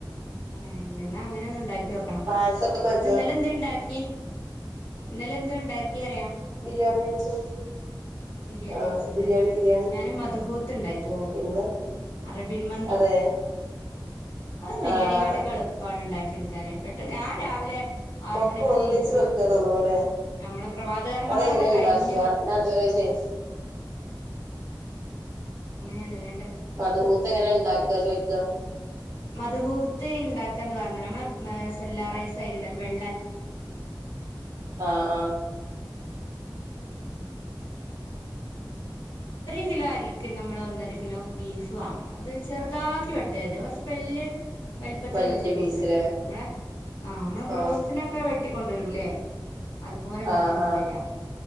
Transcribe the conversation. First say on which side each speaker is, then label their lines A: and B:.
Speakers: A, on the left (about 85°); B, on the right (about 50°).
A: അങ്ങനെയല്ലേ എന്നാ അങ്ങനെയ ഒന്ന ഉണ്ടാക്കി വെക്കണം
B: പായസൊക്കെ വെച്ചോ
A: ഇന്നലെ എന് ഇണ്ടാക്കി ഇന്നലെ എന്ത ഉണ്ടാക്കി അറിയാം
B: ാന വെച്ചു
A: ബിരിയാണി
B: ആഹ്
A: അച്ചുല്ലേ
B: ബിരിയാണി ബിരിയാണി
A: ഞാനൻ മധുഹൂത്ത്ണ്ടാക്കി
B: ഉം ഇന്ന്
A: അറബിൻ മതി
B: അതെ
A: അത് ബിരിയാണിയ
B: ആഹ്
A: കാാട്ടെളുപ്പാണ് ഉണ്ടാക്കി എടുക്കാാന് പട്ട് ഞാൻ രാവിലെ രാവിലെ ആറ
B: ഒക്കെ
A: മണക്ക്
B: ഒന്നിച്ച്
A: നീച്ച
B: വെക്കാ തോന്നുണുല്ലേ
A: നമ്മള് പ്രഭാതകർമ്മങ്ങളൊക്കെ
B: അതെങ്ങനെ ഇണ്ടാക്കാ
A: കഴിഞ്ഞു
B: ഞാൻ ഇതുവരെ ചെയ്
A: അങ്ങനെയാണല്ലേ
B: മധഭൂത്ത് എങ്ങനെ ഉണ്ടാക്കുക ചോയ്ിക്കാ
A: മധുഹൂത്തി ഉണ്ടാക്കാ എന്ന് പറഞ്ഞ നമ്മളെ സെല്ലാറ വെ വെ ന വ വെ
B: ആഹ് ആഹ്
A: ക അ ക അ നമ്മോ ബീഫ് വാങ്ങണം അത് ചെറുതാക്കി വെട്ടേത് വല വലല്പ്പത്തിൽ
B: വല്യ
A: വെട്ടണ്ടുവരാ
B: പീസിലേ
A: നമ്മളെ ആ നമ്മെ ബ്രോസ്റ്റിനൊക്കെ
B: ആഹ്
A: വെട്ടിക്കൊണ്ടുവരൂല്ലേ അതുപോലെ വെട്ടിക്കൊണ്ടുവരി
B: ആഹ് ആഹ്